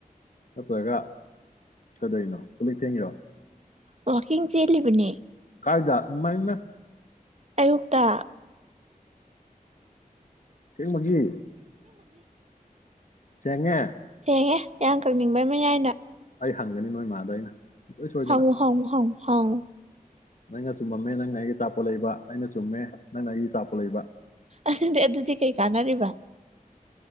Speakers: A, on the left; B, on the right.
A: ꯅꯠꯇ꯭ꯔꯒ ꯀꯗꯧꯅꯣ ꯀꯂꯤꯛ ꯊꯦꯡꯉꯤꯔꯣ
B: ꯋꯥꯋꯀꯤꯡ ꯆꯦꯜꯂꯤꯕꯅꯦ
A: ꯀꯥꯏꯗ ꯏꯃꯥꯏꯃꯥ
B: ꯑꯌꯨꯛꯇ
A: ꯊꯦꯡꯕꯒꯤ ꯆꯉꯥꯏ
B: ꯊꯦꯡꯉꯦ ꯌꯥꯝ ꯀꯪꯅꯤꯡꯕꯩ ꯃ ꯌꯥꯏꯅ
A: ꯑꯩ ꯍꯪꯒꯅꯤ ꯅꯣꯏ ꯏꯃꯥꯗ ꯑꯩꯅ ꯁꯨꯡꯁꯣꯏ ꯁꯣꯏꯗꯅ
B: ꯍꯉ ꯍꯥꯎ ꯍꯥꯎ ꯍꯥꯎ
A: ꯅꯪꯅ ꯆꯨꯝ ꯃꯝꯃꯦ ꯅꯪꯅ ꯑꯩꯒꯤ ꯆꯆꯥꯄꯣ ꯂꯩꯕ ꯑꯩꯅ ꯆꯨꯝꯃꯦ ꯅꯪꯅ ꯑꯩꯒꯤ ꯆꯆꯥꯄ ꯂꯩꯕ
B: ꯑꯗꯨꯗꯤ ꯑꯗꯨꯗꯤ ꯀꯩ ꯀꯥꯟꯅꯔꯤꯕ